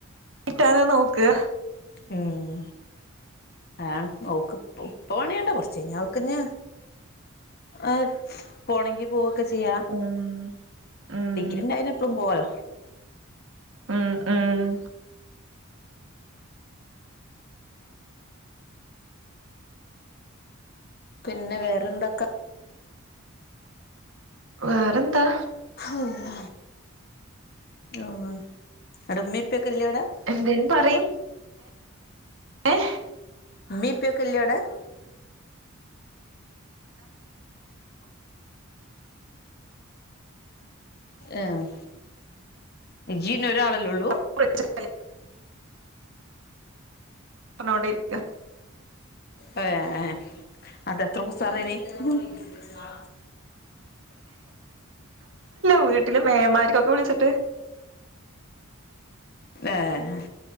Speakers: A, on the right (about 60°); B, on the left (about 45°).
A: കിട്ടാനാ ന്നോക്കാ
B: ഉം ആഹ് നോക്കും ഇപ്പ പണിയ്ണ്ട് കൊറച്ച് ഇഞ് അവക്കിഞ്. ഏഹ് പോണെങ്കി പോവൊക്കെ ചെയ്യാ
A: ഉം ഉം
B: ഡിഗ്രിഇണ്ടായാ എപ്പോഴും പോവാലോ.
A: ആഹ് ആഹ്
B: പിനെ വേറെന്തൊക്ക.
A: വേറെന്താ?
B: ഹള്ള ഉവ്വ അവ്ടെ ഉമ്മേം ഉപ്പെക്കെ ഇല്ലവടെ.
A: എന്തേലും പറയും. എ ഹ്
B: ഉമ്മി ഉപ്പി ഒക്കെ ഇല്ലേ അവടെ. ഏഹ് ഇയ്യ് ഇനി ഒരാളെല്ലൊള്ളൂ.
A: <unintelligible> പറഞ്ഞോണ്ടേ ഇരിക്കാ
B: അതെ എ ഹെ അതെത്ര ഉഷാറയ്നി എന്ത്‌ന്നാ
A: <inaudible> വീട്ടില് മേമാര്ക്കൊക്കെ വിളിച്ചിട്ട്.
B: വരാനാ